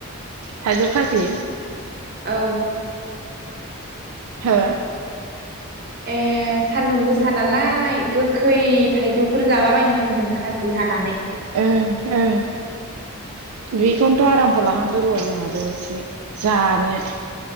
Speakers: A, on the right; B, on the right.
A: थाइजौ खाजि
B: औ
A: हो
B: ए सान्दुं गोसा नालाय गोखै थाइजौफोर जालाबायनो हामदों खाजि हानानै
A: ओं औ बेखौनोथ' आरामखौ लाहांदो र' जोंहाबो एसे जानो